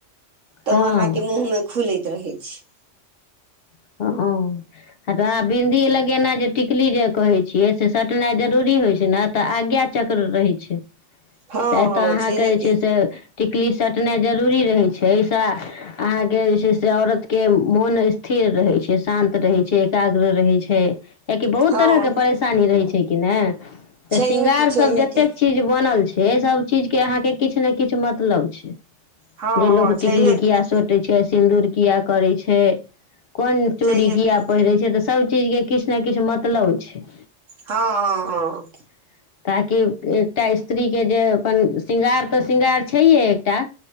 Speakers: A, on the right; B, on the left.
A: तऽ
B: हँ
A: ओ अँहा के मुह में खुलैत रहे छी
B: ह ह त बिंन्दी लगेना जे टिकली जे कहे छियै से सटनाई जरूरी होइ छै ने आगिया चक्र रहे छै
A: हँ
B: अतय
A: हँ
B: आहाँक
A: छैहे की
B: जे छै टिकली सटनाय जरूरी रहे छै ऐ स अहाँ के जे छै से औरत के मोन स्थिर रहै छै शान्त रहे छै एकाग्र रहे छै कियाकि बहुत
A: हँ
B: तरह के परेशानी रहै छै कि नहि
A: छैहे
B: तऽ श्रृंगार
A: की छैहे
B: सब जतेक
A: की
B: चीज बनल छै से सब चीज के अहाँ के किछु ने किछु मतलब छै
A: हँ
B: जे
A: हँ
B: लोक
A: छैहे
B: टिकली किया
A: की
B: साटे छै सिन्दूर किया करै छै कोन चोरी
A: छैहे
B: किया
A: की
B: पहिरे छै तऽ सब चीज के किछ ने किछ मतलब छै
A: हँ हँ हँ
B: <unintelligible> ताकि एकटा स्त्रीके जे अपन श्रृंगार तऽ श्रृंगार छैहे एकटा